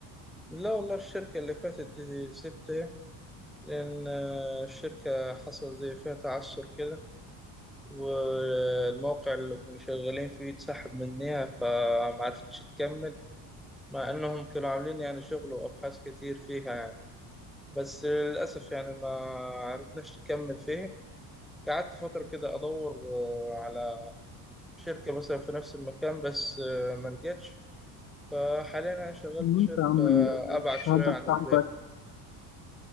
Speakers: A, in the centre; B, on the left.
A: لا والله الشركة اللي فاتت دي سبتها لأن آه، الشركة حصل زي فيها تعثر كده والموقع اللي كنا شغالين فيه اتسحب منها فمعرفتش تكمل مع إنهم كانوا عاملين يعني شغل وأبحاث كتير فيها يعني. بس للأسف يعني ما عرفناش نكمل فيه قعدت فترة كده أدور آه، على شركة مثلا في نفس المكان بس آه، ما لقيتش فحاليا أنا شغال في
B: وانت
A: شركة
B: يا عم
A: آه،
B: ال-
A: أبعد
B: الشهاده
A: شوية عن
B: بتاعتك
A: البيت